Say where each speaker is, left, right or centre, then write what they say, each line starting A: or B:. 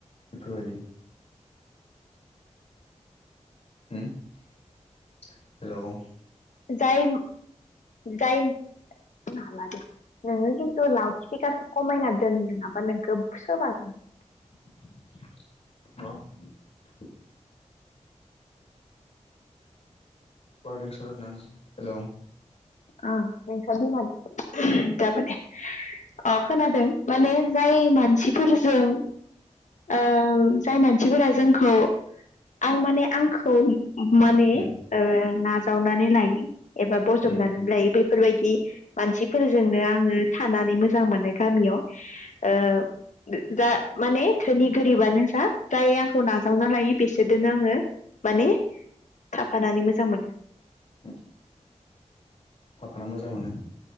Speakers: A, on the left; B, on the left.
A: बेफोरबायदि उम्म हेल'।
B: जाय जाय नोंङो खिन्थु लाउथ स्पिकारखो खमायना दोनो नङाबा नोंखो गोसोबागोन आं।
A: <unintelligible> <unintelligible> हेल'।
B: आ नोंसा बिमाजो जाबायदे अ खोनादों माने जाय मानसिफोरजों ओ जाय मानसिफोरा जोंखौ आं माने आंखौ माने
A: उम
B: नाजावनानै लायो एबा बजबनानै
A: उम
B: ला बेफोरबायदि मानसिफोरजोंनो आंङो थानानै मोजां मोनो गामियाव ओ जा माने धोनि गोरिबानो जा जाय आंखौ नाजावना लायो बिसोरजोंनो आंङो माने थाफानानै मोजां मोनो।
A: औ फाना मोजां मोनो